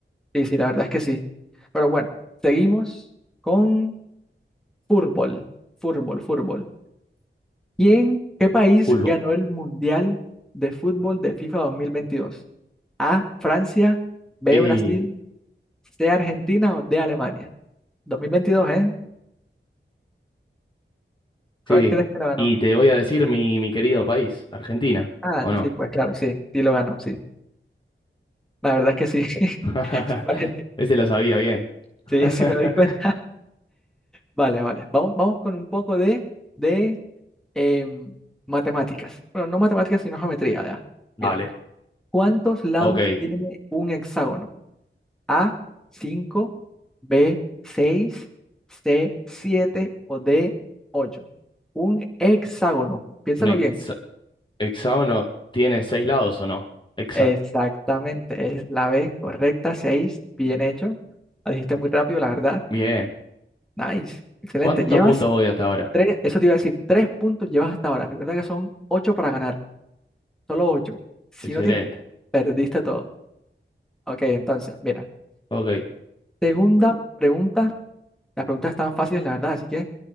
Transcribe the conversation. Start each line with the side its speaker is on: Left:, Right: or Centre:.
Centre: Sí, sí, la verdad es que sí. Pero bueno, seguimos con fútbol, fútbol, fútbol. ¿Quién, qué país
Left: Pulvo.
Centre: ganó el Mundial de Fútbol de FIFA 2022? A, Francia, B,
Left: Y
Centre: Brasil, C, Argentina o D, Alemania. 2022, ¿eh? ¿Cuál
Left: sí,
Centre: crees que lo ganó?
Left: y te voy a decir mi, mi querido país, Argentina,
Centre: Ah,
Left: ¿o no?
Centre: sí, pues claro, sí, sí lo ganó, sí. La verdad es que sí. <laughs>
Left: <laughs>
Centre: Sí, pariente.
Left: Ese lo sabía bien.
Centre: Sí,
Left: <laughs>
Centre: sí me doy cuenta. <laughs> Vale, vale. Vamos, vamos con un poco de, de em, matemáticas. Bueno, no matemáticas, sino geometría, ¿ya?
Left: Dale,
Centre: Mira, ¿cuántos lados
Left: ok.
Centre: tiene un hexágono? A, cinco B, seis C, 7 o D, ocho Un hexágono. Piénsalo
Left: ¿Un hexa-
Centre: bien.
Left: hexágono tiene seis lados o no? Hexa.
Centre: Exactamente, es la B correcta, seis Bien hecho. La dijiste muy rápido, la verdad.
Left: Bien.
Centre: Nice. Excelente.
Left: ¿Cuántos
Centre: Llevas
Left: puntos voy hasta ahora?
Centre: Tres, eso te iba a decir, tres puntos llevas hasta ahora. Recuerda que son ocho para ganar, solo ocho. Si
Left: Excelente.
Centre: no tienes, perdiste todo. Ok, entonces, mira,
Left: Ok.
Centre: segunda pregunta. Las preguntas están fáciles, la verdad, así que